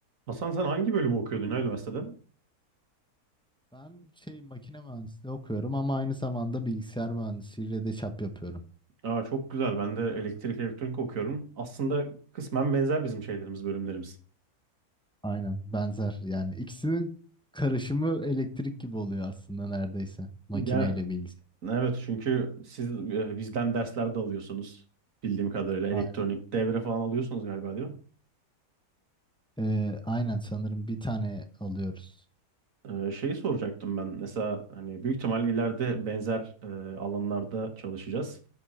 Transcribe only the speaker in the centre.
Ben şey makine mühendisliği okuyorum ama aynı zamanda bilgisayar mühendisliğiyle de çap yapıyorum.
Aynen benzer yani ikisinin karışımı elektrik gibi oluyor aslında neredeyse makineyle
bilgisayar.
Aynen.
Ee, aynen sanırım bir tane alıyoruz.